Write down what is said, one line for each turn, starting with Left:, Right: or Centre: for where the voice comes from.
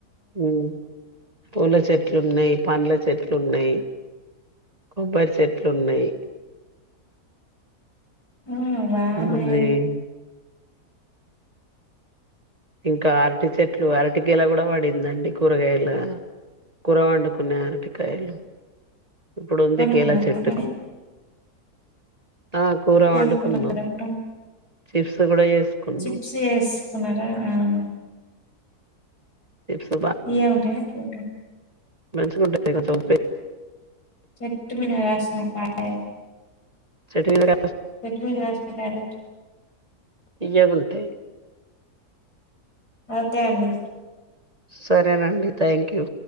Right: హ్మ్ పూల చెెట్ ట్లు ఉన్నాయి పండ్ల చెట్లు ఉన్నాయి కొబ్బరి చెట్లు ఉన్నాయి
Left: ఉమ్ బానే
Right: బావున్నాయి ఇంకా అరటి చెట్లు అరటి గెల గూడా పడిందండి కూరగాయల కూరవండుకున్నా అరటికాయలు ఇప్పుడు ఉంది
Left: వండుకున్నారా
Right: గెల చెట్టుకు
Left: మరి
Right: ఆ కూర వండుకున్నాం
Left: అనుకున్నా ఇ డ
Right: చిప్స్ కూడా చేసుకున్నాం
Left: చిప్స్ వేస్కున్నారా అవునా
Right: చిప్స్
Left: ఏం ఉంటాయ్ ఎట్ల ఉంటాయ్
Right: మంచిగాంటుంది ఇగొ సొబ్చె
Left: చెట్టు మీన కాసిన కాయలు
Right: సెటిల్ ద
Left: చెట్టు మీద కాస్తుంది కాబట్
Right: తియ్యగునటయ్
Left: ఓకే అండి
Right: సరేనండి థ్యాంక్ యూ